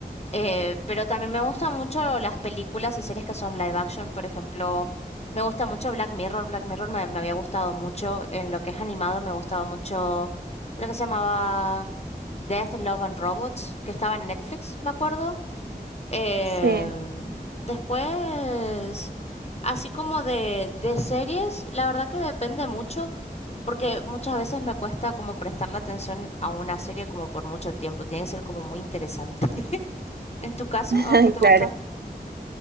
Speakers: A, on the left; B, on the right.
A: eh, pero también me gustan mucho las películas y series que son live action, por ejemplo, me gusta mucho Black Mirror, Black Mirror me, me había gustado mucho en lo que es animado, me gustaba mucho, creo que se llamaba Death, Love and Robots, que estaba en Netflix, me acuerdo. Eh,
B: Sí,
A: después, así como de, de series, la verdad que depende mucho, porque muchas veces me cuesta como prestarle atención a una serie como por mucho tiempo, tiene que ser como muy interesante. <laughs> ¿En tu caso,
B: <laughs>
A: a vos qué te
B: claro.
A: gusta?